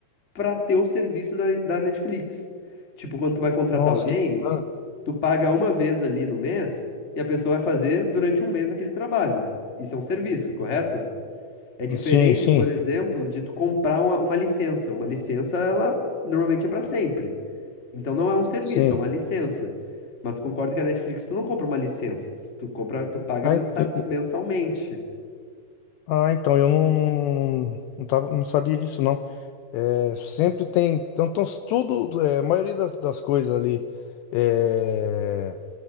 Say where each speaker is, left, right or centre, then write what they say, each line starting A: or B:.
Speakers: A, on the left (about 20°); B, on the left (about 80°).
A: pra ter o serviço da, da Netflix. Tipo, quando tu vai contratar
B: Nossa,
A: alguém,
B: que bacana.
A: tu paga uma vez ali no mês e a pessoa vai fazer durante um mês aquele trabalho. Isso é um serviço, correto? É diferente,
B: Sim, sim,
A: por exemplo, de tu comprar uma, uma licença. Uma licença, ela normalmente é para sempre. Então não é um serviço,
B: sim.
A: é uma licença. Mas tu concorda que a Netflix tu não compra uma licença, tu tu compra, tu paga
B: Ah,
A: mensa-
B: ent- e-
A: mensalmente.
B: ah, então eu não, não, não, tava, não sabia disso, não. É, sempre tem. Então, então tudo, é, a maioria das, das coisas ali é,